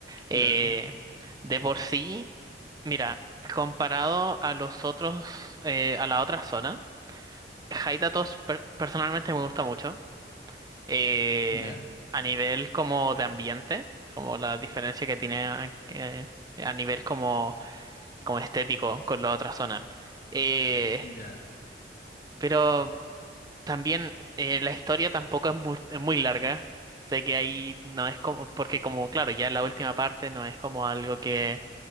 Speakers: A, on the left; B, on the right.
A: Claro.
B: Eh, de por sí. Mira, comparado a los otros, eh, a la otra zona, Haidatos per- personalmente me gusta mucho. Eh,
A: Ya,
B: a nivel como de ambiente, como la diferencia que tiene eh, a nivel como, como estético con la otra zona. Eh,
A: ya.
B: pero también eh, la historia tampoco es muy, es muy larga. Sé que ahí no es como, porque como, claro, ya la última parte no es como algo que